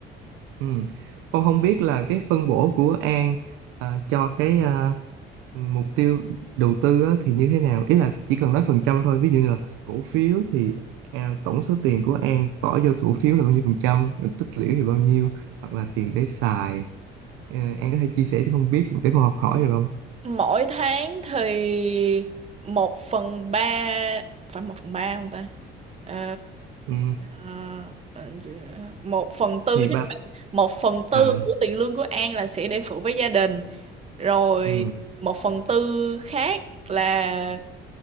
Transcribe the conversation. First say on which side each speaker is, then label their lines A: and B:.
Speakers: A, on the right; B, on the right.
A: Ừ. Tôi không biết là cái phân bổ của An à, cho cái à, mục tiêu đầu tư á, thì như thế nào? Ý là chỉ cần nói phần trăm thôi. Ví dụ như là cổ phiếu thì à, tổng số tiền của An bỏ vô cổ phiếu là bao nhiêu phần trăm, rồi tích lũy thì bao nhiêu, hoặc là tiền để xài. Ờ, An có thể chia sẻ cho không biết để con học hỏi được không?
B: mỗi tháng thì một phần ba phải một phần ba không ta Ờ,
A: Ừ.
B: ờ, ờ, một phần tư
A: Thì
B: chứ
A: ba
B: một phần tư
A: à
B: của tiền lương của An là sẽ để phụ với gia đình rồi
A: ừ
B: một phần tư khác là